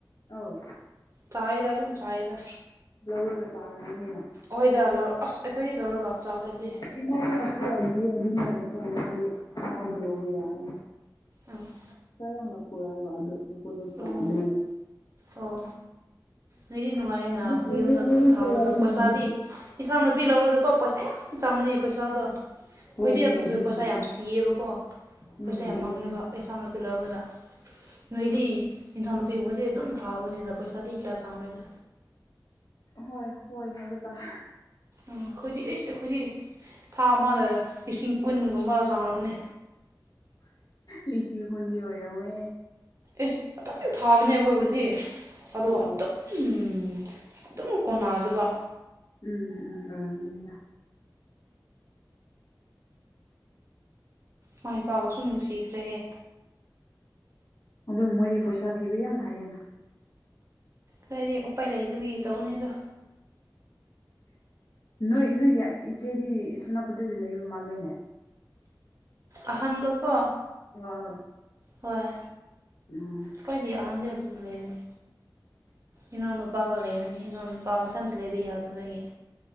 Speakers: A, on the left; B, on the right.
A: ꯑꯧ
B: ꯆꯥꯏꯌꯦꯗ ꯑꯗꯨꯝ ꯆꯥꯏꯌꯦꯗ
A: ꯂꯧꯔꯒ ꯆꯥꯔꯝꯒꯅꯤꯅ
B: ꯍꯣꯏꯗ ꯂꯧ ꯑꯁ ꯑꯩꯈꯣꯏꯗꯤ ꯂꯧꯔꯒ ꯆꯥꯗ꯭ꯔꯥꯗꯤ
A: ꯏꯃꯥꯗ ꯅꯠꯇꯦ <unintelligible> ꯃꯥꯗ ꯂꯧꯕ ꯌꯥꯏ
B: ꯎꯝ
A: <unintelligible> ꯄꯨꯔꯛꯏꯕ ꯑꯗꯨ ꯑꯩꯈꯣꯏꯗꯣ ꯆꯥꯗ꯭ꯔꯤꯕ
B: ꯑꯣ ꯑꯣ ꯅꯣꯏꯗꯤ ꯅꯨꯡꯉꯥꯏꯌꯦꯅ
A: ꯑꯗꯨꯕꯨ
B: ꯌꯨꯝꯗ ꯑꯗꯨꯝ
A: ꯍꯌꯦꯡ ꯍꯌꯦꯡ
B: ꯊꯥꯕꯗꯣ
A: ꯄꯨꯔꯛꯑꯣꯅ
B: ꯄꯩꯁꯥꯗꯤ
A: ꯑꯗꯨꯕꯨ
B: ꯏꯟꯁꯥꯡ ꯅꯨꯄꯤ ꯂꯧꯕꯗꯀꯣ ꯄꯩꯁꯥ ꯌꯥꯝ ꯆꯪꯕꯅꯦ ꯄꯩꯁꯥꯗꯣ
A: ꯍꯣꯏ
B: ꯈꯣꯏꯗꯤ
A: ꯍꯣꯏ
B: ꯑꯗꯨꯗ
A: ꯑꯗꯨꯕꯨ
B: ꯄꯩꯁꯥ ꯌꯥꯝ ꯁꯤꯌꯦꯕꯀꯣ
A: ꯎꯝ
B: ꯄꯩꯁꯥ ꯌꯥꯝ
A: ꯍꯣꯏ
B: ꯃꯥꯡꯉꯦꯕ ꯄꯩꯁꯥꯅ ꯂꯧꯔꯒ ꯅꯣꯏꯗꯤ ꯏꯟꯁꯥꯡ ꯅꯨꯄꯤꯒꯨꯝꯕꯗꯤ ꯑꯗꯨꯝ ꯊꯥꯕꯅꯤꯅ ꯄꯩꯁꯥꯗꯤ ꯀꯌꯥ ꯆꯪꯔꯣꯏꯗ
A: ꯍꯣꯏ ꯍꯣꯏ ꯍꯥꯏꯕ ꯇꯥꯔꯦ
B: ꯎꯝ ꯑꯩꯈꯣꯏꯗꯤ ꯑꯩꯁ ꯑꯩꯈꯣꯏꯗꯤ ꯊꯥ ꯑꯃꯗ ꯂꯤꯁꯤꯡ ꯀꯨꯟꯒꯨꯝꯕ ꯆꯪꯉꯝꯅꯤ
A: ꯂꯤꯁꯤꯡ ꯀꯨꯟꯗꯤ ꯑꯣꯏꯔꯣꯏꯋꯦ
B: ꯏꯁ ꯑꯗꯨꯝ ꯊꯥꯕꯅꯦ ꯑꯩꯈꯣꯏꯕꯨꯗꯤ ꯑꯗꯨꯒ
A: ꯎꯝ
B: ꯑꯗꯨꯝ ꯑꯗꯨꯝ ꯑꯗꯨꯝ ꯀꯣꯟꯅꯗꯕ
A: ꯎꯝ ꯎꯝ ꯍꯣꯏ ꯑꯣꯏꯔꯝꯃꯅꯤꯗ
B: ꯃꯥꯏ ꯄꯥꯕꯨꯁꯨ ꯅꯨꯡꯁꯤꯈ꯭ꯔꯦ
A: ꯑꯗꯨ ꯃꯣꯏꯗꯤ ꯄꯩꯁꯥ ꯊꯤꯕ ꯌꯥꯝ ꯍꯩꯌꯦꯅ
B: ꯅꯣꯏꯗꯤ ꯎꯄꯥꯏ ꯂꯩꯗꯕꯒꯤ ꯇꯧꯕꯅꯤꯗꯣ
A: <inaudible> ꯅꯣꯏ ꯅꯣꯏꯒꯤ ꯏꯆꯦꯗꯤ ꯁꯦꯅꯥꯄꯇꯤꯗ ꯂꯩꯕ ꯃꯥꯂꯦꯅꯦ
B: ꯑꯍꯥꯟꯗꯣꯀꯣ
A: <unintelligible>
B: ꯍꯣꯏ
A: ꯎꯝ
B: ꯈ꯭ꯋꯥꯏꯗꯩ ꯑꯍꯟꯗꯤ ꯗꯨꯖꯨ ꯂꯩꯕꯅꯤ ꯏꯅꯥꯎ ꯅꯨꯄꯥꯒ ꯂꯩꯔꯅꯤ ꯏꯅꯥꯎ ꯅꯨꯄꯥ ꯃꯊꯟꯇꯥ ꯂꯩꯕ ꯌꯥꯗꯕꯒꯤ